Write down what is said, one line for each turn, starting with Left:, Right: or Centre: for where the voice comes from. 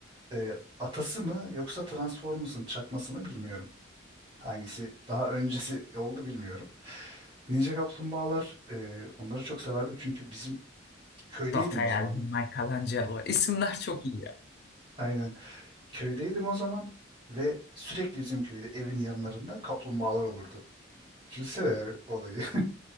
Right: e, atası mı yoksa Transformers'ın çakması mı bilmiyorum. Hangisi daha öncesi oldu bilmiyorum. Ninja Kaplumbağalar e, onları çok severdim çünkü bizim köydeydim
Left: Raphael,
Right: o zaman.
Left: Michelangelo. İsimler çok iyi ya.
Right: Aynen. köydeydim o zaman ve sürekli bizim köyde evin yanlarında kaplumbağalar olurdu. Düşünsene yani olayı.